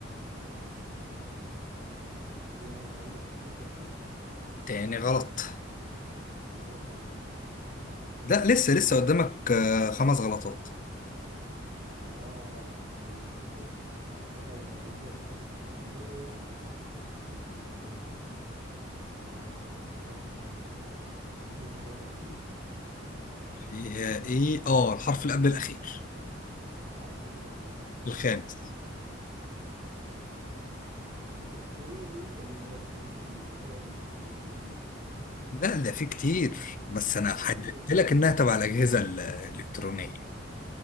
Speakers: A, on the right (about 40°); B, on the left (about 45°).
A: آه فيها طيب بي خفيفة
B: تاني غلط
A: طب انا كده خلاص صح <laughs>
B: لا لسه لسه قدامك آه خمس غلطات
A: اه طيب ماشي تبع الاجهزة الالكترونية طيب آه، مش عارف ممكن آه، فيها اي
B: فيها إيه أه الحرف اللي قبل الأخير
A: حرف اللي قبل الاخير طب انا
B: الخامس
A: كده ما عرفتش برضه آه، ايه ايه كلمات ممكن يبقى فيها بالانجلش اي <laughs>
B: لا ده في كتير بس أنا حددت
A: وقبل الاخير
B: لك إنها تبع الأجهزة الإلكترونية